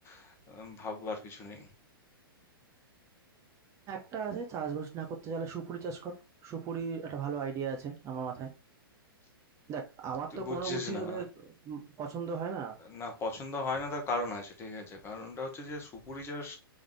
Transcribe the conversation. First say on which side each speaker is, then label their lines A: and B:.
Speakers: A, on the left (about 20°); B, on the right (about 25°).
A: উম, ভাববার কিছু নেই
B: একটা আছে চাষবাস না করতে চাইলে সুপুরি চাষ কর সুপুরি একটা ভালো আইডিয়া আছে আমার মাথায় দেখ আমার
A: তুই
B: তো
A: বুঝছিস
B: কোনো বুদ্ধি
A: না
B: তোদের উম, পছন্দ হয় না
A: না পছন্দ হয় না তার কারণ আছে ঠিক আছে কারণটা হচ্ছে যে সুপুরি চাষ